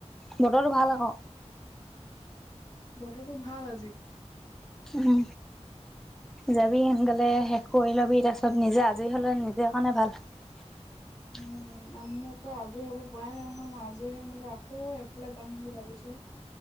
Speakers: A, in the centre; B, on the left (about 35°).
A: বতৰটো ভাল আকৌ
B: বতৰটো ভাল আজি
A: উম যাবি সোনকালে শেষ কৰি লবি তাৰপিছত চব নিজে আজৰি হ'লে নিজৰ কাৰণে ভাল। <inaudible>
B: উম মোক ক আজৰি হ'ব পৰাই নাই নহয় মই আজৰি হৈ মেলি আকৌ এফালে যাম বুলি ভাবিছোঁ।